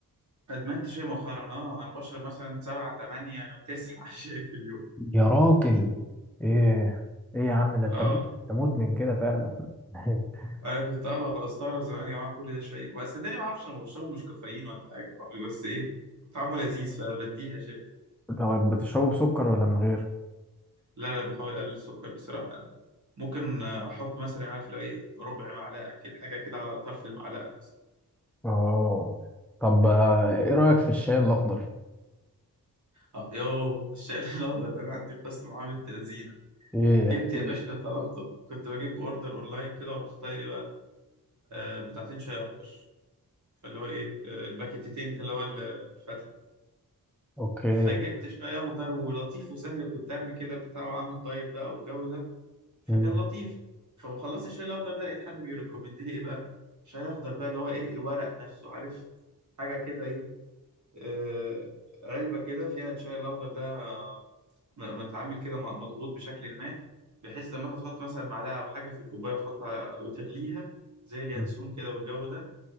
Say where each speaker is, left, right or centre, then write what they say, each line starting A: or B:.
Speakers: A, on the right; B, in the centre.
A: ادمنت شاي مؤخرا اه انا بشرب مثلا سبعة تمانية تسعة <laughs> شاي في اليوم
B: يا راجل ايه ايه يا عم ده انت
A: اه
B: مد- انت مدمن كده فعلا <laughs>
A: انا كنت اه بقى استغرب زمان يا جماعه كل ده شاي بس صدقني ما اعرفش انا بشربه مش كافيين ولا حاجه بس ايه طعمه لذيذ فبديها شاي
B: طب بتشربه بسكر ولا من غير
A: لا لا بحاول اقلل السكر بصراحه أنا ممكن آه، احط مثلا عارف لو ايه ربع معلقه كده حاجه كده على طرف المعلقه مثلا
B: اه طب آه، ايه رأيك في الشاي الاخضر
A: اه يو الشاي <laughs> الاخضر ده انا عندي قصه معاه بنت لذينه
B: ايه
A: جبت
B: احكي
A: يا
B: لي.
A: باشا طلبته كنت بجيب اوردر اونلاين كده ورحت طيب ايه بقى آه بتاعتين شاي اخضر فاللي هو ايه آه الباكيتتين اللي هو ال- الفتله ده.
B: اوكي
A: فجبت شاي اخضر ولطيف وسهل كنت ارمي كده البتاع وعامل دايت بقى والجو ده فكان
B: مم.
A: لطيف فخلصت الشاي الاخضر ده لقيت حد بيريكومند لي ايه بقى شاي اخضر بقى اللي هو ايه الورق نفسه عارف حاجه كده ايه آه، علبة كده فيها الشاي الأخضر ده آه، م- متعامل كده م- مضغوط بشكل ما بحيث لما تحط مثلا معلقة أو حاجة في الكوباية تحطها وتغليها زي اليانسون
B: مم.
A: كده والجو ده